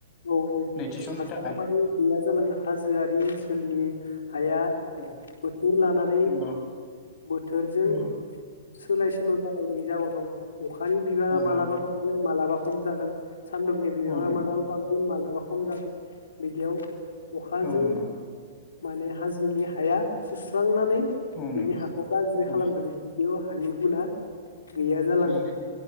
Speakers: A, on the left; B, on the left.
A: औ औ
B: नैथि समनि
A: हासारा
B: थाखाय
A: माने गैया जालाङो हाजोआरि ओनसोलनि हाया
B: औ
A: बोथोर लानानै
B: नंगौ
A: बोथोरजों
B: नंगौ
A: सोलाय सोल जा जायनि जाउनाव अखानि बिबाङा
B: औ
A: मालाबा
B: नंगौ
A: बांगोन मालाबा खम जागोन सान्दुंनि बिबाङा
B: औ नंगौ
A: मालाबा इदिन मालाबा खम जागोन बिदियाव अखाजों
B: औ नंगौ
A: माने हाजोनि हाया सुस्रांनानै
B: औ
A: बिनि
B: नंगौ
A: हाखौ गाज्रि
B: औ
A: खालामजोबो बेयाव हानि गुना गैया जालाङो
B: औ